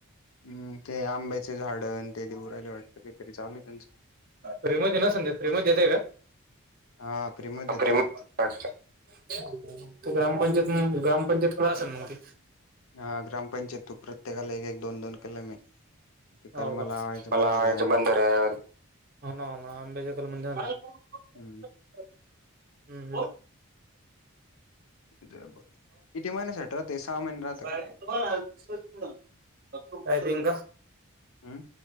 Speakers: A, on the left (about 70°); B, on the right (about 40°).
A: हम्म.. ते आंब्याचे झाड ते देऊ राहीले वाटतं, काहीतरी चालू आहे त्यांच
B: फ्री मधी नसलं देत, फ्री मधी देताय का?
A: हा फ्रीमध्ये देता
B: फ्री
A: वाटतं
B: अच्छा... ते ग्रामपंचायत, ग्रामपंचायत कडे असेल मग ते
A: हा, ग्रामपंचायत तू प्रत्येकाला एक- एक, दोन -दोन कलम आहे. ते कलम
B: हा, का?
A: लावायचं
B: आता
A: बंधाऱ्यावरती
B: लावायचा बंधाऱ्यावर, हो.. ना हो.. ना आंब्याचे कलम म्हणल्यावर
A: हम्म
B: हम्म हम्
A: किती महिन्यासाठी रहात, सहा महिने राहते
B: <unintelligible> अयबिंग
A: हम